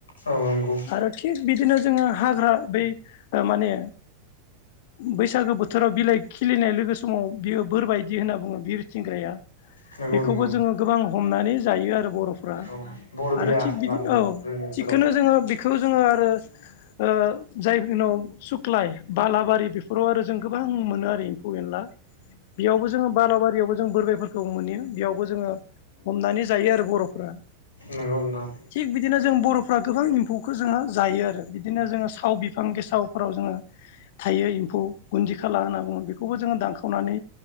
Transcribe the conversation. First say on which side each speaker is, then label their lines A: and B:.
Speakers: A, on the left; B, on the left.
A: औ नंगौ
B: आरो थिग बिदिनो जोङो हाग्रा बै ओ माने बैसागो बोथोराव बिलाइ खिलिनाय लोगो समाव बियो बोर बायदि होनना बुङो बिर थिंग्राया
A: नंगौ
B: बेखौबो
A: नंगौ
B: जोङो गोबां हमनानै जायो आरो बर'फ्रा।
A: औ बरबिया
B: आरो थिग
A: होनना
B: बिदि
A: बुङो
B: औ
A: जोंनि ओनसोलाव
B: थिगखोनो जोङो बेखौ जोङो आरो ओ जायफोरनाव सुक्लाय बालाबारि बेफोराव आरो जों गोबां मोनो आरो इम्फौ एनला। बेयावबो जोङो बालाबारियावबो जों बोरबाइफोरखौ मोनो बेयावबो जोङो हमनानै जायो आरो बर'फ्रा।
A: नोंगौ नोंथां।
B: थिग बिदिनो जों बर'फ्रा गोबां इम्फौखौ जोङो जायो आरो बिदिनो जोङो साव बिफां गेसावफोराव जोङो थायो इम्फौ गुन्दि खाला होनना बुङो बेखौबो जोङो दानखावनानै